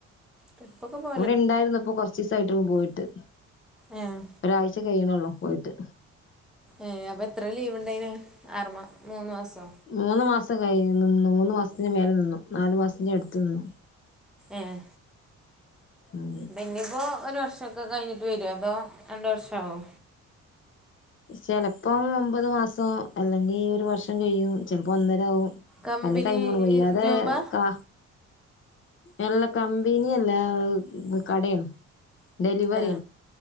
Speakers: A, in the centre; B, on the left.
A: ട്രിപ്പൊക്കെ പോ
B: ഇവിടെ ഇണ്ടായിരുന്നപ്പൊ കൊറച്ചിസം ആയിട്ടുള്ളൂ പോയിട്ട്
A: ഏഹ്
B: ഒരാഴ്ച കഴിയണള്ളോ പോയിട്ട്
A: ഏഹ് അപ്പൊ എത്ര ലീവ് ഉണ്ടെയിന് ആറുമാ മൂന്നു മാസോ
B: മൂന്ന് മാസം കഴിയുന്നുന്ന് മൂന്നു മാസത്തിന്റെ മേലെ നിന്നു നാലു മാസത്തിന്റെ അടുത്ത് നിന്നു
A: ഏഹ്
B: ഉം
A: ബെന്നിപ്പോ ഒരു വർഷൊക്കെ കഴിഞ്ഞിട്ട് വരോ അതോ രണ്ട് വർഷാവുവോ
B: ചെലപ്പോം ഒമ്പത് മാസം അല്ലെങ്കി ഒരു വർഷം കഴിയും ചെലപ്പൊ ഒന്നരാവും
A: കമ്പനി
B: നല്ല ടൈമോണ് വല്ലാതെക
A: ജോബാ
B: എല്ല കമ്പിനിയല്ല കടേണ് ഡെലിവറി
A: ആ